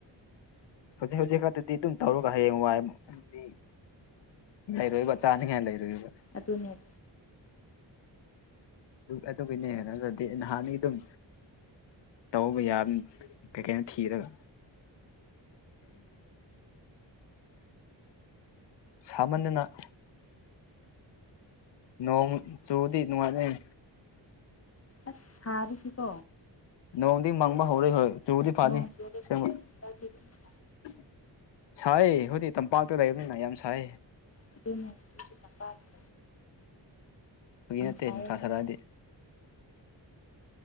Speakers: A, on the left (about 65°); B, on the left (about 30°).
A: ꯍꯧꯖꯤꯛ ꯍꯧꯖꯤꯛ ꯈꯛꯇꯗꯤ ꯑꯗꯨꯝ ꯇꯧꯔꯒ ꯍꯌꯦꯡ ꯋꯥꯏꯗꯤ ꯂꯩꯔꯣꯏꯕ ꯆꯥꯅꯤ ꯀ ꯂꯩꯔꯣꯏꯕ
B: ꯑꯗꯨꯅꯦ
A: ꯑꯗꯨꯒꯤꯅꯦ ꯑꯗꯨꯗꯤ ꯅꯍꯥꯟꯒꯤ ꯑꯗꯨꯝ ꯇꯧꯕ ꯌꯥ ꯀꯩ ꯀꯩꯅꯣ ꯊꯤꯔꯒ ꯁꯃꯅꯅ ꯅꯣꯡ ꯆꯨꯗꯤ ꯅꯨꯡꯉꯥꯏꯅꯩ
B: ꯑꯁ ꯁꯥꯔꯤꯨꯁꯤꯀꯣ
A: ꯅꯣꯡꯗꯤ ꯃꯪꯕ ꯍꯧꯔꯛꯏ ꯍꯣꯏ ꯆꯨꯗꯤ ꯐꯅꯤ
B: ꯅꯣꯡ ꯆꯨꯔꯁꯨ
A: ꯁꯦꯝꯦꯡꯕ
B: ꯍꯟꯗꯛꯇꯤ ꯑꯗꯨꯝ ꯁꯥ
A: ꯁꯥꯏ ꯑꯩꯈꯣꯢꯗꯤ ꯇꯝꯄꯥꯛꯇ ꯂꯩꯕꯅꯤꯅ ꯌꯥꯝ ꯁꯥꯏ
B: ꯑꯗꯨ ꯇ <inaudible>
A: ꯐꯥꯒꯤ ꯅꯠꯇꯦ
B: ꯁꯥꯏꯌꯦꯕ
A: ꯅꯨꯡꯁꯥ ꯁꯥꯔꯛꯑꯗꯤ